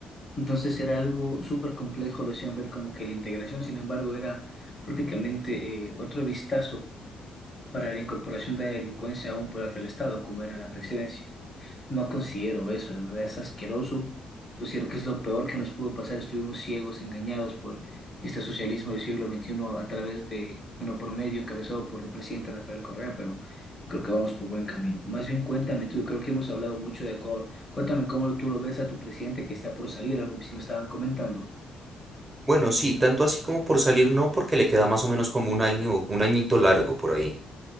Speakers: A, on the left; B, on the right.
A: Entonces era algo súper complejo, lo hacían ver como que la integración, sin embargo, era prácticamente eh, otro vistazo para la incorporación de la delincuencia a un poder del Estado, como era la presidencia. No considero eso, la verdad es asqueroso. Considero que es lo peor que nos pudo pasar. Estuvimos ciegos, engañados por este socialismo del siglo XXI a través de, uno por medio encabezado por el presidente Rafael Correa, pero yo creo que vamos por buen camino. Más bien cuéntame tú, yo creo que hemos hablado mucho de Ecuador. Cuéntame cómo tú lo ves a tu presidente que está por salir, algo que sí me estaban comentando.
B: Bueno, sí, tanto así como por salir no, porque le queda más o menos como un año, un añito largo por ahí.